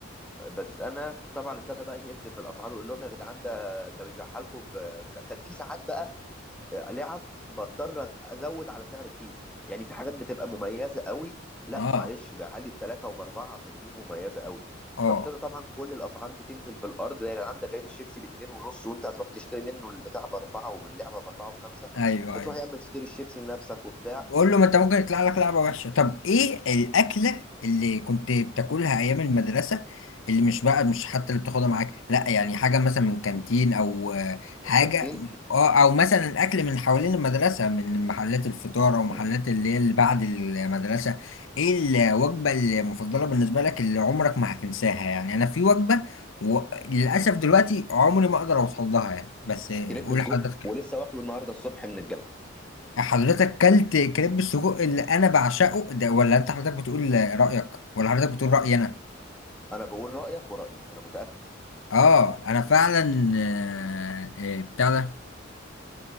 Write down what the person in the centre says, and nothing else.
بس انا طبعا ابتدى بقى يهد في الاسعار ويقول لهم يا جدعان ده ده بيبيعها لكم ب... ك- كانت في ساعات بقى لعب بضطر ازود على سعر الكيس يعني في حاجات بتبقى مميزه قوي لا
معلش بقى لي بثلاثه وباربعه عشان دي مميزه قوي
فابتدى طبعا كل الاسعار دي تنزل في الارض ده يا جدعان ده جايب الشيبسي باتنين ونص وانت هتروح تشتري منه البتاع باربعه واللعبه باربعه وبخمسه
بتروح
يا اما تشتري الشيبسي لنفسك وبتاع
من كانتين
م-
م-
كريب
سجق
ولسه واكله النهارده الصبح من الجامعه
انا بقول رايك ورايي انا متاكد